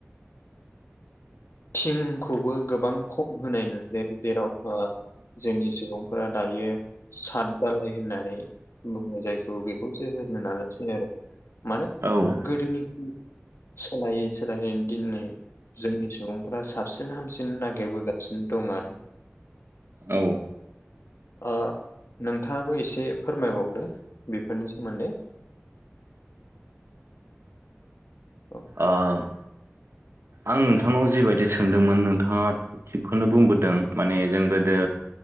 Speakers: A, on the left; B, on the right.
A: थिंखौबो गोबां खम होनाय नुयो जेराव जोंनि सुबुंफोरा दायो साद जालाय होनानै बुङो जायखौ बेखौसो होनो नाजासै आरो माने
B: औ
A: गोदोनिफ्राय सोलायै सोलायै दिनै जोंनि सुबुंफ्रा साबसिन हामसिन नागिरबोगासिनो दं आरो
B: औ
A: ओ नोंथाङाबो एसे फोरमायबावदो बेफोरनि सोमोन्दै औ
B: आम आं नोंथांनाव जिबायदि सोंदोंमोन नोंथाङा थिगखौनो बुंबोदों माने जों गो दो